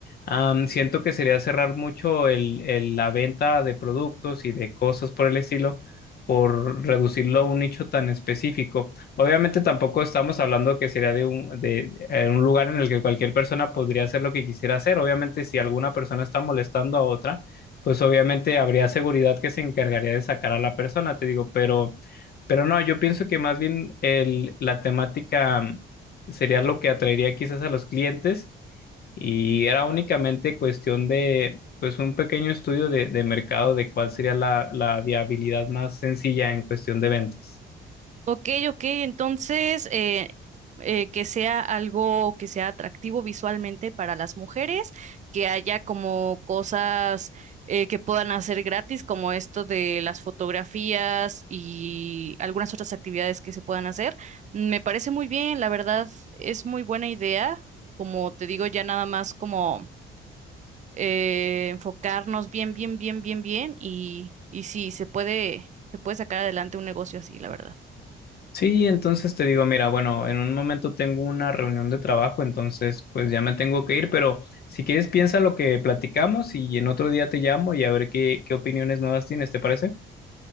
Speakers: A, on the left; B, on the right.
A: am, siento que sería cerrar mucho el, el- la venta de productos y de cosas por el estilo por reducirlo a un nicho tan específico. Obviamente tampoco estamos hablando que sería de un, de, eh, un lugar en el que cualquier persona podría hacer lo que quisiera hacer. Obviamente, si alguna persona está molestando a otra pues obviamente habría seguridad que se encargaría de sacar a la persona, te digo, pero, pero no, yo pienso que más bien el, la temática mm, sería lo que atraería quizás a los clientes y era únicamente cuestión de, pues, un pequeño estudio de, de mercado de cuál sería la, la viabilidad más sencilla en cuestión de ventas.
B: Ok, ok, entonces eh, eh, que sea algo que sea atractivo visualmente para las mujeres, que haya como cosas eh, que puedan hacer gratis, como esto de las fotografías y algunas otras actividades que se puedan hacer. Me parece muy bien, la verdad, es muy buena idea. Como te digo, ya nada más como eh, enfocarnos bien, bien, bien, bien, bien y, y sí, se puede, se puede sacar adelante un negocio así, la verdad.
A: Sí, entonces te digo, mira, bueno, en un momento tengo una reunión de trabajo, entonces pues ya me tengo que ir, pero si quieres piensa lo que platicamos y en otro día te llamo y a ver qué, qué opiniones nuevas tienes, ¿te parece?